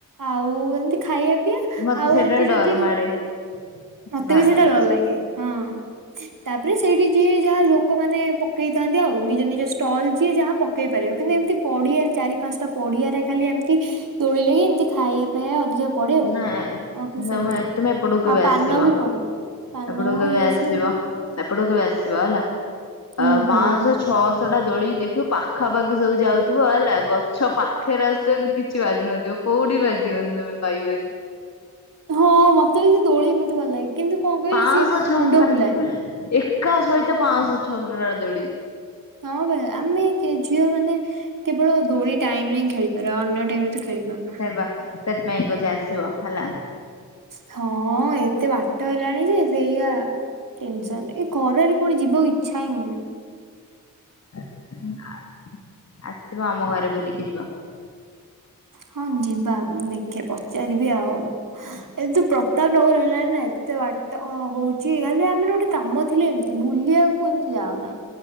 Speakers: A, on the right; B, on the left.
A: ଆଉ ଏମତି ଖାଇବା <unintelligible>
B: ମତେ
A: ଆଉ
B: ସେଇଟା
A: ଏମିତି ଯଦି।
B: ଡର ମାଡେ
A: ମତେ
B: ସେ ଭାଲୁକୁ
A: ବି ସେଇଟା ଡର ଲାଗେ ହଁ ତାପରେ ସେଇଠି ଯିଏ ଯାହା ଲୋ ଲୋକମାନେ ପକେଇଥାନ୍ତି ଆଉ ନିଜ ନିଜ ଷ୍ଟଲ ଯିଏ ଯାହା ପକେଇ ପାରିବ କିନ୍ତୁ ଏମିତି ପଡ଼ିଆରେ ଚାରି ପାଞ୍ଚଟା ପଡିଆରେ ଖାଲି ଏମିତି ତୋଳିଲେ ହିଁ ଏମିତି ଖାଇବା ଏୟା ଅଧିକା ପଡେ ଆଉ
B: ନା
A: ଅଖେ ସେମିତି
B: ତମେ ତୁମେ ଏପଟକୁ କେବେ
A: ଆଉ ପାନ
B: ଆସିବ
A: ବି ପଡେ। ପାନ
B: ଏପଟକୁ କେବେ
A: ଇଏ
B: ଆସିବ
A: ସିଏ ଏଉଡା।
B: ଏପଟକୁ କେବେ ଆସିବ ହେଲା
A: ହୁଁ
B: ଅ
A: ହୁଁ।
B: ପାଞ୍ଚଶ ଛଅଶ ଶ ଟା ଦୋଳିକି ଦେଖିବ ପାଖାପାଖି ସବୁ ଯାଉଥିବ ହେଲା ଗଛ ପାଖରେ ଆସୁଥିବ କିନ୍ତୁ କିଛି ବାଜୁ ନଥିବ କୋଉଠି ବାଜିବନି ତମେ ପାଇବନି।
A: ହଁ ମତେ ବି ସେ ଦୋଳି ମତେ ଭଲ ଲାଗେ କିନ୍ତୁ କଣ କହିଲୁ
B: ପାଁଶହ
A: ସିଏ
B: ଛଅଶହ
A: ମୁଣ୍ଡ
B: ଟା
A: ବୁଲାଏ।
B: ପୁରା ଏକା ସହିତ ପାଞ୍ଚଶ ଛଅଶହ ଟା ଦୋଳି।
A: ହଁ ବା ଆମେ ଝିଅ ମାନେ କେବଳ ଦୋଳି ଟାଇମ ରେ ହି ଖେଳିପାରିବା ଅନ୍ୟ ଟାଇମ ରେ ତ ଖେଳିପାରୁନା।
B: ସେଇ ବା ସେଥିପାଇଁ କହୁଛି ଆସିବ ହେଲା।
A: ହଁ ଏତେ ବାଟ ହେଲାଣି ଯେ ସେଇଆ ଟେନ୍‌ସନ୍। ଖରାରେ କୁଆଡ଼େ ଯିବାକୁ ଇଛା ହିଁ ହଉନି।
B: ଆ ଆସିବ ଆମ ଘରେ ବୁଲିକି ଯିବ।
A: ହଁ ଯିବା ମୁଁ ଦେଖେ ପଚାରିବି ଆଉ, ଏ ତୁ ପ୍ରତାପ ନଗର ହେଲାଣି ନା ଏତେ ବାଟ ଅ ହଉଛି କାଲି ଆମର ଗୋଟେ କାମ ଥିଲେ ଏମତି ବୁଲିୟାକୁ ଏମତି ଯାଉନା।